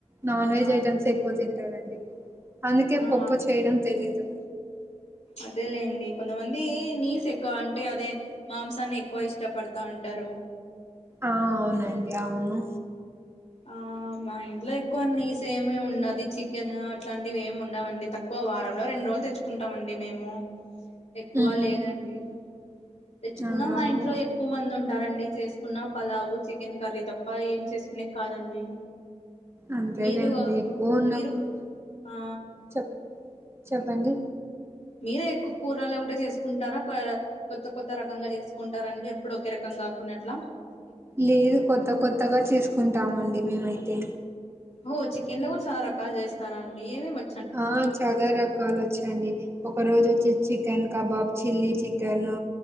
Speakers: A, on the right (about 20°); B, on the left (about 65°).
A: నాన్ వెజ్
B: ఆ
A: ఐటెమ్స్ ఎక్కువ తింటారండి. అందుకే
B: ఆ
A: పప్పు చేయడం తెలీదు.
B: అదేలేండి కొంతమంది నీస్ ఎక్ క్వ అంటే అదే మాంసాన్ని ఎక్కువ ఇష్టపడతా ఉంటారు.
A: ఆ అవునండి అవును.
B: ఆ మా ఇంట్ల ఎక్కువ నీస్ ఏమి ఉండదు చికెన్ అట్లాంటివి ఏమి ఉండవండి తక్ క్వ వారంలో రెండు రోజులు తెచ్చుకుంటామండి మేము ఎక్కువ
A: హుహు.
B: లేదండి. తెచ్చుకున్నా
A: అవునవును
B: మా ఇంట్లో ఏక్ కువ మంది ఉంటారండి చేసుకున్న పలావు చికెన్ కర్రీ తప్ప ఏం చేసుకునేక్ కాదండి.
A: అంతేలేండి
B: మీరు ఆ
A: ఎక్కువ ఉన్నప్పుడు
B: మీరు ఆ
A: చెప్ చెప్పండి.
B: మీరే ఎక్కువ కూరలు ఒకటే చేసుకుంటారా కోవెల కొత్త కొత్త రకంగా చేసుకుంటారా అండి, ఎప్పుడు ఒకే రకంగా కాక్కునట్లా?
A: లేదు కొత్త కొత్తగా చేసుకుంటామండి మేమైతే.
B: ఓ చికెన్ ల కూడ చాలా రకాలు చేస్తారా అండి ఏమేం వొ
A: ఆ చ లా రకాలు వచ్చండి. ఒక రోజు వచ్చి చికెన్ కబాబ్ చిల్లీ చికెను